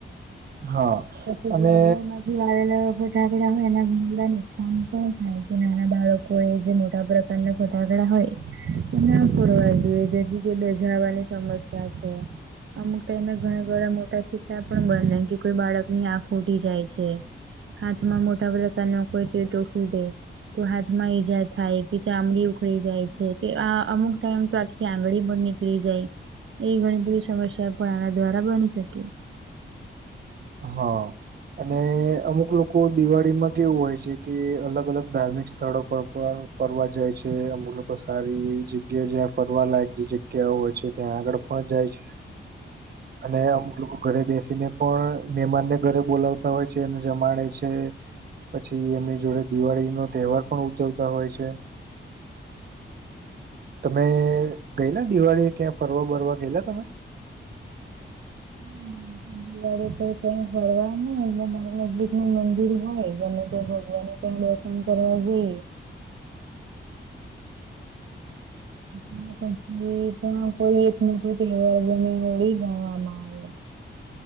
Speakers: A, on the right; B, on the right.
A: છે હા
B: પછી
A: અને
B: જે બજારમાં દિવાળી ના ફટાકડા આવેલા બધાજ હોય એ ઘણા બધા નુકસાન પણ થાય કે નાના બાળકો એજે મોટા બાળકો ફટાકડા હોય ના ફોડવા જોઈએ જેથી કે દઝાવાની સમસ્યા છે. અમુક ટાઈમે ઘણા ઘણા મોટા સિક્કા પણ બંનેમાં કે કોઈ બાળક ની આંખ ઉઠી જાય છે. હાથમાં મોટા ભરતાન કોઈ કેતો ફોડતા ઉડે. તો હાથમાં ઈજા થાય કે ચામડી ઉખળી જાય છે કેઆ અમુક ટાઈમ તો આખી આંગળી બળી ફ્રી જાય એ ઘણી બધી સમસ્યા પણ આના દ્વારા બની શકે
A: હા. અને અમુક લોકો લોકો દિવાળી માં કેવું હોય છે કે અલગ અલગ ધાર્મિક સ્થળો પર ફરવા જાય છે અમુ લોકો તો સારી એવી જગ્યા જ્યાં ફરવા લાયક જે જગ્યાઓ હોય છે ત્યાં આગળ પણ જાય છે <inaudible> અને અમુક લોકો ઘરે બેસીને પણ મહેમાન ને ઘરે બોલાવતા હોય છે અને જમાડે છે પછી એમની જોડે દિવાળી નો તહેવાર પણ ઉજવતા હોય છે. <inaudible> તમે ગયેલા દિવાળી ક્યાં ફરવા બરવા ગયેલા તમે
B: ના ના, દિવાળી પર કઈ ફરવા નહી એમાંરા નજીક નુ મંદિર હોય બને તે ભગવાન શન કરવા જે એના પછી પણ કોઈ એક મોકુ તહેવાર નુ ઓળી ગણવામાં
A: <inaudible>
B: આવે